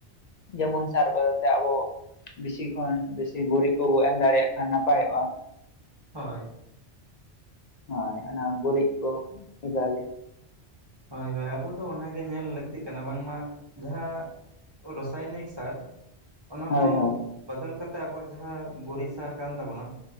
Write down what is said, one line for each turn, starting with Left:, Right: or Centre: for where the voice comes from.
Left: ᱡᱮᱢᱚᱱ ᱥᱟᱨ ᱵᱚᱫᱚᱞ ᱛᱮ ᱟᱵᱚ ᱵᱤᱥᱤ ᱠᱷᱚᱱ ᱵᱤᱥᱤ ᱜᱩᱨᱤᱡ ᱠᱚᱵᱚ ᱮᱢ ᱫᱟᱲᱮᱭᱟᱜ ᱠᱷᱟᱱ ᱱᱟᱯᱟᱭᱚᱜᱼᱟ᱾
Right: ᱦᱮᱸ᱾
Left: ᱦᱮᱸ ᱚᱱᱟ ᱜᱩᱨᱤᱡ ᱠᱚ ᱡᱟ ᱜᱮ,
Right: ᱦᱳᱭ ᱦᱳᱭ ᱟᱵᱚ ᱫᱚ ᱚᱱᱟᱜᱮ ᱧᱮᱞ ᱞᱟᱹᱠᱛᱤᱜ ᱠᱟᱱᱟ ᱵᱟᱝᱢᱟ ᱡᱟᱦᱟᱸ ᱨᱚᱥᱟᱭᱱᱤᱠ ᱥᱟᱨ, ᱚᱱᱟ
Left: ᱦᱳᱭ
Right: ᱠᱚ
Left: ᱦᱳᱭ
Right: ᱵᱟᱫᱟᱞ ᱠᱟᱛᱮ ᱟᱵᱚᱣᱟᱜ ᱡᱟᱦᱟᱸ ᱜᱩᱨᱤᱡ ᱥᱟᱨ ᱠᱟᱱ ᱛᱟᱵᱚᱱᱟ,